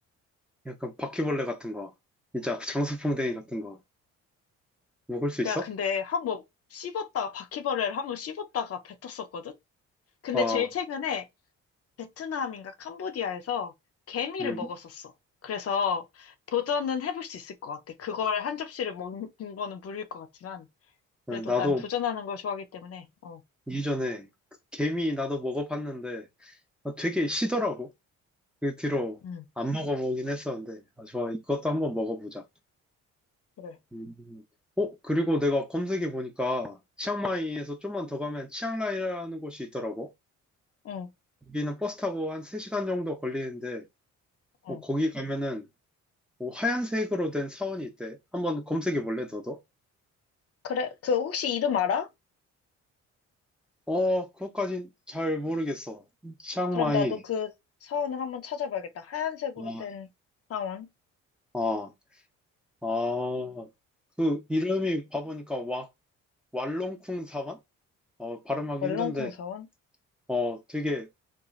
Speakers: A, in the centre; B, on the left (about 50°).
A: 약간 바퀴벌레 같은 거, 진짜 장수풍뎅이 같은 거 먹을 수 있어?
B: 내가 근데 한 번 씹었다가, 바퀴벌레를 한 번 씹었다가 뱉었었거든? 근데
A: 어,
B: 제일 최근에 베트남인가 캄보디아에서 개미를
A: 음,
B: 먹었었어. 그래서 도전은 해볼 수 있을 것 같아. 그걸 한 접시를 먹는 거는 물릴 것 같지만, 그래도
A: 나도
B: 난 도전하는 걸 좋아하기 때문에, 어,
A: 이전에 그 개미 나도 먹어봤는데 아, 되게 시더라고. 그 뒤로
B: 음,
A: 안 먹어보긴 했었는데, 아, 좋아, 이것도 한번 먹어보자.
B: 그래.
A: 음. 어, 그리고 내가 검색해 보니까, 치앙마이에서 좀만 더 가면 치앙라이라는 곳이 있더라고.
B: 응,
A: 여기는 버스 타고 한 3시간 정도 걸리는데, 어,
B: 응.
A: 거기 가면은, 뭐 하얀색으로 된 사원이 있대. 한번 검색해 볼래, 너도?
B: 그래, 그 혹시 이름 알아?
A: 어, 그것까진 잘 모르겠어. 치앙마이.
B: 그럼 나도 그 사원을 한번 찾아봐야겠다. 하얀색으로
A: 아,
B: 된 사원,
A: 아, 아. 그 이름이 봐보니까 와, 왈롱쿵 사원? 어, 발음하기
B: 얼렁쿵
A: 힘든데,
B: 사원.
A: 어, 되게,